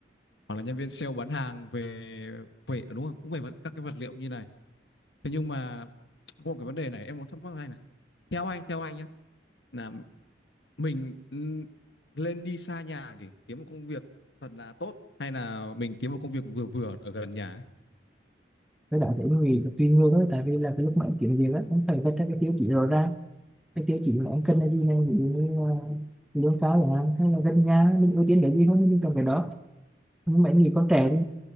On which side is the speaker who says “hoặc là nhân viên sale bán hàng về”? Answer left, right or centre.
Left